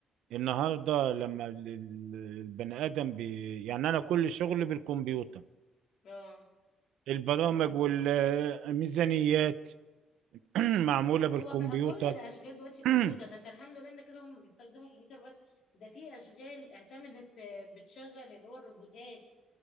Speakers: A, on the right; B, on the left.
A: النهارده لما ال- ال- البني ادم بي يعني انا كل شغلي بالكمبيوتر
B: اه
A: البرامج والميزانيات <clears throat> معمولة بالكمبيوتر
B: هو بقى كل الاشغال دلوقتي كمبيوتر
A: <clears throat>
B: ده انت الحمد لله انت كده هم بيستخدموا كمبيوتر بس ده في اشغال اعتمدت آه، بتشغل اللي هو الروبوتات